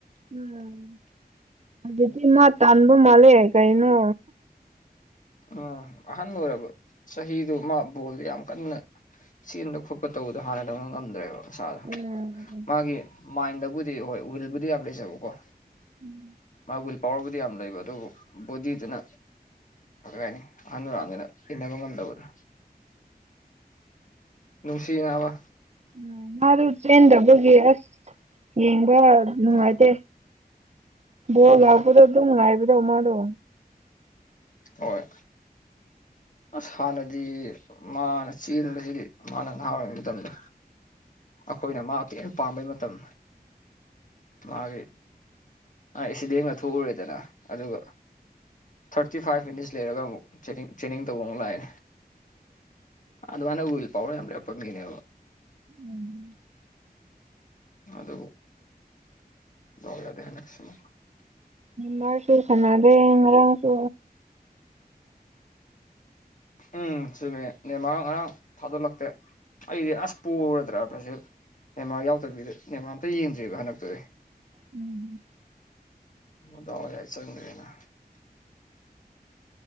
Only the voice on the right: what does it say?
ꯎꯝ ꯍꯧꯖꯤꯛꯇꯤ ꯃꯥ ꯇꯥꯟꯕ ꯃꯥꯜꯂꯦ ꯀꯩꯅꯣ
ꯎꯝ
ꯎꯝ
ꯎꯝ ꯃꯥꯗꯨ ꯆꯦꯟꯗꯕꯒꯤ ꯑꯁ ꯌꯦꯡꯕ ꯅꯨꯡꯉꯥꯏꯇꯦ
ꯣꯜ
ꯍꯕꯗ ꯑꯗꯨꯥꯏꯕꯗ ꯃꯥꯣ
<inaudible>
ꯎꯝ
ꯃꯔꯔꯁꯨꯨꯔ ꯁꯅꯥꯗꯦ ꯃꯔꯔꯁꯨ
ꯎꯝ